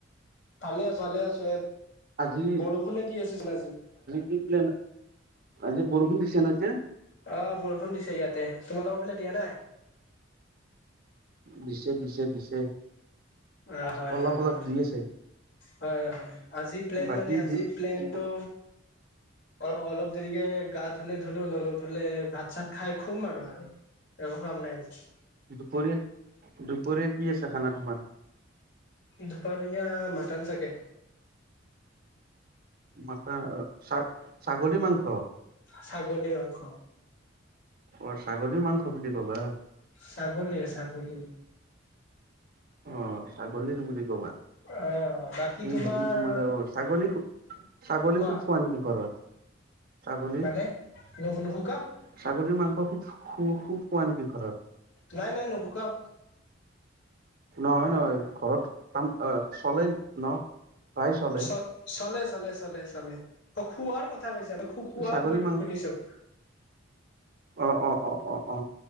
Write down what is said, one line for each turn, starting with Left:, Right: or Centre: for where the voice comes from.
Left: ভালে আছো ভালে আছোঁ।
Right: আজি
Left: বৰষুণে দি আছে চোন আজি।
Right: কি প্লেন। আজি বৰষূণ দিছে ন এতিয়া?
Left: অ বৰষুণ দিছে ইয়াতে। তোমালোকৰ ফালে দিয়া নাই?
Right: দিছে দিছে দিছে।
Left: অ হয়
Right: অলপ
Left: হয়
Right: অলপ
Left: হয়।
Right: দি আছে
Left: হয় হয়। আজি প্লেন
Right: বাকী
Left: মানে আজি
Right: দি
Left: প্লেনটো
Right: কি
Left: অ অলপ দেৰিকে গা ধুলে ধুলো নুধুলে ভাত চাত খাই খুম আৰু আৰু। একো কাম নাই আজি।
Right: দুপৰীয়া দুপৰীয়া কি আছে খানা তোমাৰ?
Left: দুপাৰীয়া মাটান চাগে।
Right: মাতা আ ছাগ-ছাগলী মাংস?
Left: ছাগলী মাংস।
Right: অ ছাগলীৰ মাংস বুলি ক'বা।
Left: ছাগলীয়ে ছাগলী।
Right: অ ছাগলীৰ বুলি ক'বা।
Left: অ বাকী তোমাৰ
Right: হেৰি অ ছাগলী ছাগলী
Left: কোৱা
Right: খুব খোৱা নেকি ঘৰত? ছাগলী
Left: মানে? নু-নুসুকাও।
Right: ছাগলীৰ মাংস খুব-খু-খুব খোৱা নেকি ঘৰত?
Left: নাই নাই নুখোকাও।
Right: নহয় নহয় ঘৰত কাম আ চলে ন'। প্ৰায় চলে
Left: চ-চলে-চলে-চলে-চলে অ খোৱাৰ কথা কৈছা মই সুকোৱা
Right: ছাগলী
Left: বুলি শুনিছো।
Right: অ-অ-অ-অ-অ